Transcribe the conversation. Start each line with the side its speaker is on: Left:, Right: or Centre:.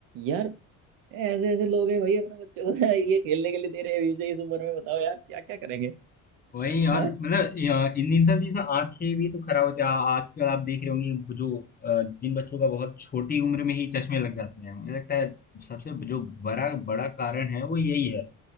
Right: यार ऐसे ऐसे लोग हैं भाई अपने बच्चों को <laughs> ये खेलने के लिए दे रहे हैं अभी से इस उम्र में बताओ यार क्या क्या करेंगे
Left: वही यार
Right: हाँ
Left: मतलब या- इन इन सब चीजों से आंखें भी तो खराब होती है आ- आजकल आप देख रहे होंगे वो जो अ, जिन बच्चों का बहुत छोटी उम्र में ही चश्मे लग जाते हैं मुझे लगता है सबसे जो बड़ा बड़ा कारण है वो यही है